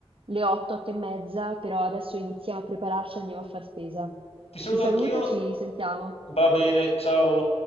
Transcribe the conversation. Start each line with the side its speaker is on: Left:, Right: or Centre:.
Right: le 8, 8 e mezza, però adesso iniziamo a prepararci e andiamo a far spesa.
Left: Ti saluto
Right: Ti saluto,
Left: anch'io,
Right: ci sentiamo.
Left: va bene, ciao.